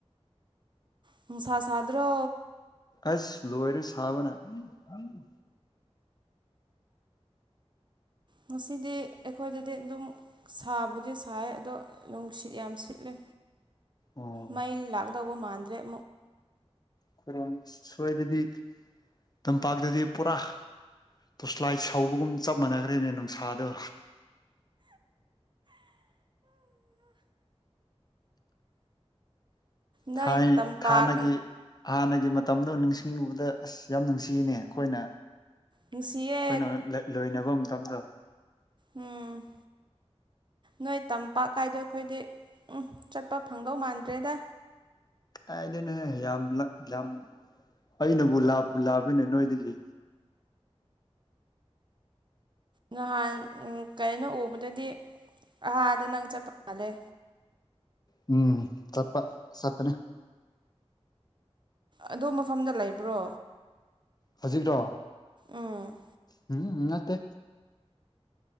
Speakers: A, on the right; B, on the left.
A: ꯃꯅꯨꯡꯁꯥ ꯁꯥꯗ꯭ꯔ
B: ꯑꯁ ꯂꯣꯏꯔꯦ ꯁꯥꯕꯅ ꯍꯪ
A: ꯉꯁꯤꯗꯤ ꯑꯩꯈꯣꯏꯗꯗꯤ ꯑꯗꯨꯝ ꯁꯥꯕꯨꯗꯤ ꯁꯥꯏ ꯑꯗꯣ ꯅꯨꯡꯁꯤꯠ ꯌꯥꯝ ꯁꯤꯠꯂꯤꯦ
B: ꯑꯣ ꯑꯩꯈꯣꯏꯔꯣꯝ
A: ꯃꯩ ꯂꯥꯛꯗꯧꯕ ꯃꯥꯟꯗ꯭ꯔꯦꯛ
B: ꯑꯩꯈꯣꯏꯔꯣꯝ ꯁꯣꯏꯗꯗꯤ ꯇꯝꯄꯥꯛꯇꯗꯤ ꯄꯨꯔꯥ ꯇꯣꯁꯂꯥꯏ ꯁꯧꯕꯒꯨꯝ ꯆꯞ ꯃꯥꯟꯅꯈ꯭ꯔꯦꯅꯦ ꯅꯨꯡꯁꯥꯗꯣ
A: ꯅꯣꯏ
B: ꯊꯥꯏ
A: ꯇꯝꯄꯥꯛ
B: ꯊꯥꯟꯅꯒꯤ ꯍꯥꯟꯅꯒꯤ ꯃꯇꯝꯗꯣ ꯅꯤꯡꯁꯤꯡꯉꯕꯗ ꯑꯁ ꯌꯥꯝ ꯅꯨꯡꯁꯤꯅꯦ ꯑꯩꯈꯣꯏꯅ
A: ꯅꯨꯡꯁꯤꯌꯦ
B: ꯑꯩꯈꯣꯏꯅ ꯂꯣꯏꯅꯕ ꯃꯇꯝꯗ
A: ꯎꯝ ꯅꯣꯏ ꯇꯝꯄꯥꯛ ꯀꯥꯏꯗꯣ ꯑꯩꯈꯣꯏꯗꯤ ꯎꯝ ꯆꯠꯄ ꯐꯪꯗꯧ ꯃꯥꯟꯗ꯭ꯔꯦꯗ
B: ꯑꯩꯗꯅꯦ ꯌꯥꯝ ꯌꯥꯝ ꯑꯩꯅꯕꯨ ꯂꯥꯕꯅꯦ ꯅꯣꯏꯗꯒꯤ
A: ꯅꯍꯥꯟ ꯎꯝ ꯀꯩꯅꯣ ꯎꯕꯗꯗꯤ ꯑꯍꯥꯗ ꯅꯪ ꯆꯠꯄ ꯃꯥꯥꯜꯂꯦ
B: ꯎꯝ ꯆꯄ ꯆꯠꯄꯅꯦ
A: ꯑꯗꯣ ꯃꯐꯝꯗ ꯂꯩꯕ꯭ꯔꯣ
B: ꯍꯧꯖꯤꯛꯔꯣ
A: ꯎꯝ
B: ꯎꯝ ꯅꯠꯇꯦ